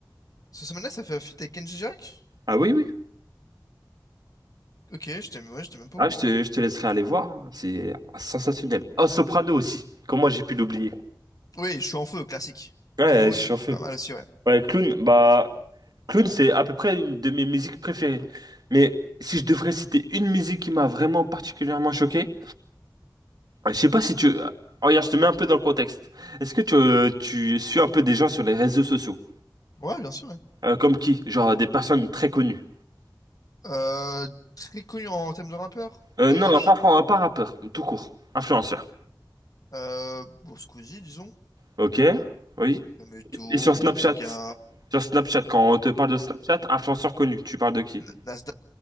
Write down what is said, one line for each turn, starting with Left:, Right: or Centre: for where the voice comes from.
Left: Cette semaine-là, ça fait un feat avec Kenji Girac?
Right: Ah oui, oui.
Left: Ok, j'étais ouais, j'étais même pas
Right: Ah,
Left: au courant.
Right: je te, je te laisserai aller voir. hein. C'est sensationnel. Oh, Soprano aussi. Comment j'ai pu l'oublier?
Left: Oui, je suis en feu, classique.
Right: Ouais,
Left: Clown,
Right: je suis en feu.
Left: pas mal aussi, ouais.
Right: Ouais, Clown, bah, Clown, c'est à peu près une de mes musiques préférées. Mais si je devrais citer une musique qui m'a vraiment particulièrement choqué, je sais pas si tu... euh, Regarde, je te mets un peu dans le contexte. Est-ce que tu, euh, tu suis un peu des gens sur les réseaux sociaux?
Left: Ouais, bien sûr, ouais.
Right: Euh, comme qui? Genre des personnes très connues.
Left: Euh, très connu en thème de rappeur.
Right: Euh,
Left: Euh,
Right: non,
Left: je-
Right: pas, fran- euh, pas rappeur, tout court. Influenceur.
Left: euh, bon, Squeezie, disons.
Right: Ok, oui.
Left: Kameto,
Right: Et sur Snapchat?
Left: Gotaga,
Right: Sur Snapchat, quand on te parle de Snapchat, influenceur connu, tu parles de qui?
Left: N- Nas